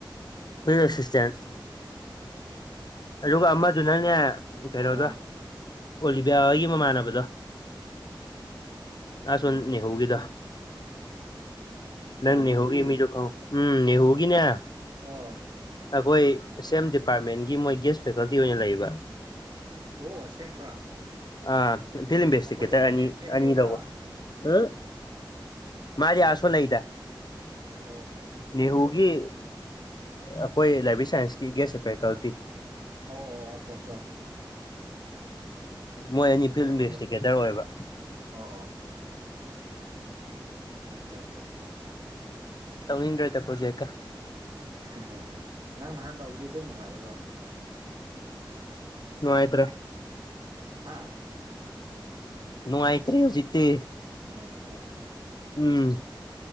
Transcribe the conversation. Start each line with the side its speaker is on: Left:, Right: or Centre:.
Left: ꯐ ꯁꯤꯁꯇ
Right: ꯑꯣ
Left: ꯑꯗꯨꯒ ꯑꯃꯗꯨꯅꯅꯦ ꯀꯩꯅꯣꯗꯣ
Right: ꯑꯥ
Left: ꯀꯣꯕ ꯌꯥ ꯃꯅꯕꯖ ꯑꯁꯨꯅꯤ ꯍꯧꯧꯒꯤꯗ
Right: ꯑꯣ
Left: ꯅ ꯅ
Right: ꯅꯨꯄꯤ
Left: ꯍꯧꯒ ꯃꯤꯁꯨꯣ ꯀꯣ ꯎꯝ ꯅ ꯍꯒꯅꯦ
Right: ꯑ
Left: ꯑꯩꯈꯣꯏ ꯁꯦꯝ ꯑ ꯗꯤꯄꯥꯔꯠꯃꯦꯟꯒꯤ ꯃꯣꯏꯒꯤ ꯒꯦꯁ ꯐꯦꯀꯜꯇꯤ ꯑꯣꯏꯅ ꯂꯩꯕ
Right: ꯑꯣ ꯑꯁꯦꯡꯕ꯭ꯔꯥ
Left: ꯑꯥ ꯐꯤꯝ ꯦꯁꯇ
Right: ꯑꯩꯈꯣꯏ
Left: ꯈꯦꯇ
Right: ꯑꯦ ꯑꯦꯝ
Left: ꯑꯅꯤ
Right: ꯌꯨꯗ
Left: ꯂꯧꯕ ꯎꯝ ꯃꯥꯔꯤ ꯑꯁꯨꯨ ꯅ ꯊ
Right: ꯑꯣ ꯑꯣ ꯑꯣꯀꯦ ꯑꯣꯀꯦ
Left: ꯅꯦꯍꯒꯤ
Right: ꯑꯣꯀꯦ
Left: ꯑꯩꯈꯣꯏ ꯂꯥꯏꯕ ꯁꯥꯏꯟꯁꯀꯤ ꯒꯦꯁ ꯐꯦꯀꯜꯇꯤ
Right: ꯑꯣ ꯑꯣ ꯑꯆꯥ ꯑꯠꯆꯥ
Left: ꯃꯣꯏ ꯑꯅꯤ
Right: ꯑꯗꯨꯃꯥꯏ
Left: ꯐꯤꯜ
Right: ꯑꯣꯏꯕ
Left: ꯏꯟꯚꯦꯁꯇꯤꯒꯦꯇꯔ ꯑꯣꯏꯕ
Right: ꯑꯣ ꯑꯆꯥ ꯑꯠꯆꯥꯆꯥ ꯑꯆꯥ
Left: ꯇꯧꯅꯤꯟ ꯔꯦ ꯇ ꯄꯣꯁꯦꯑꯀ
Right: ꯍꯥꯏꯣꯏ ꯍ ꯅꯪ ꯅꯍꯥꯟ ꯇꯧꯕꯗꯤ ꯑꯗꯨꯝ ꯅꯨꯡꯉꯥꯏ꯭ꯔꯣ
Left: ꯥꯏꯇ꯭ꯔꯦ
Right: ꯍꯥꯥ
Left: ꯅꯅꯨꯡ ꯑꯥꯏꯇꯔꯤ ꯍꯧꯖꯤꯛꯇꯤ
Right: ꯅꯨꯡꯉꯥꯏꯇꯔꯦ
Left: ꯎꯝ